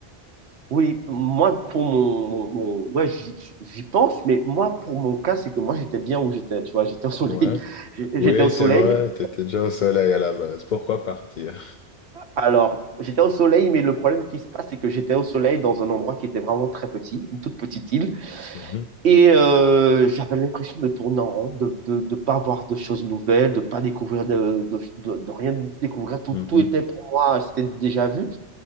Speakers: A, on the right; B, on the left.
A: Oui, moi, pour mon, mon, mon- ouais, j'y j'y pense, mais moi, pour mon cas, c'est que moi, j'étais bien où j'étais, tu vois, j'étais au soleil.
B: Ouais.
A: <laughs> J'étais
B: Oui,
A: au soleil.
B: c'est vrai, t'étais déjà au soleil à la base. Pourquoi partir?
A: Alors, j'étais au soleil, mais le problème qui se passe, c'est que j'étais au soleil dans un endroit qui était vraiment très petit, une toute petite île,
B: Mhm,
A: et euh, j'avais l'impression de tourner en rond, de, ne de, de pas voir de choses nouvelles, de pas découvrir de, de, de, de rien découvrir. Tout,
B: mhm.
A: tout était pour moi, c'était déjà vu.